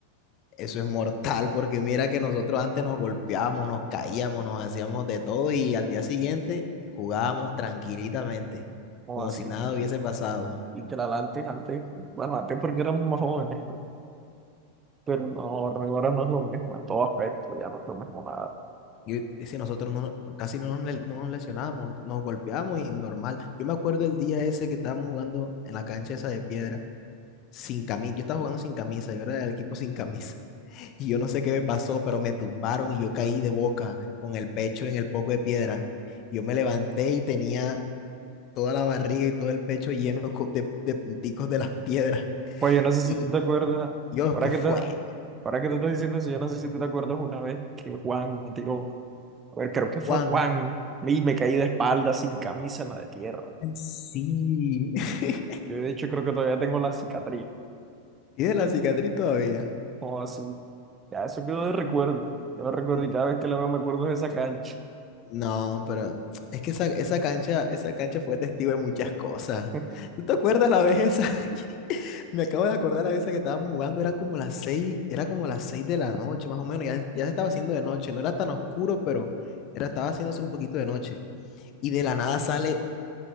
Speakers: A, on the left; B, on the right.
A: eso es mortal, porque mira que nosotros antes nos golpeábamos, nos caíamos, nos hacíamos de todo y al día siguiente jugábamos tranquilitamente,
B: no
A: como
B: así.
A: si nada hubiese pasado.
B: Literal, antes, antes, bueno, antes porque éramos más jóvenes, pero no, ahora no es lo mismo en todo aspecto, ya no es lo mismo nada.
A: Y si nosotros no, nos- casi no nos, le- no nos lesionamos, nos golpeamos y normal. Yo me acuerdo el día ese que estábamos jugando en la cancha esa de piedra, sin camisa. Yo estaba jugando sin camisa, yo era del equipo sin camisa. <laughs> Y yo no sé qué me pasó, pero me tumbaron y yo caí de boca con el pecho en el poco de piedra. Yo me levanté y tenía toda la barriga y todo el pecho lleno co- de, de punticos de las piedras.
B: Oye, yo no sé si
A: Y
B: tú te acuerdas,
A: yo,
B: ahora
A: ¿qué
B: que
A: fue?
B: te, ahora que te estoy diciendo eso, yo no sé si tú te acuerdas una vez que Juan me tiró, a ver, creo que fue
A: Juan.
B: Juan, y me caí de espalda sin camisa en la de tierra.
A: Ay, sí. <laughs>
B: Yo de hecho creo que todavía tengo la cicatriz,
A: ¿Tienes la cicatriz todavía?
B: o así, ya eso quedó de recuerdo, yo me recuerdo
A: Mm,
B: y cada vez que la veo me acuerdo de esa cancha.
A: No, pero es que esa, esa cancha, esa cancha fue testigo de muchas cosas.
B: <laughs>
A: ¿Tú te acuerdas la vez esa? <laughs> Me acabo de acordar la vez esa que estábamos jugando, eran como las seis, era como las seis de la noche, más o menos, ya, ya se estaba haciendo de noche, no era tan oscuro, pero era, estaba haciéndose un poquito de noche. Y de la nada sale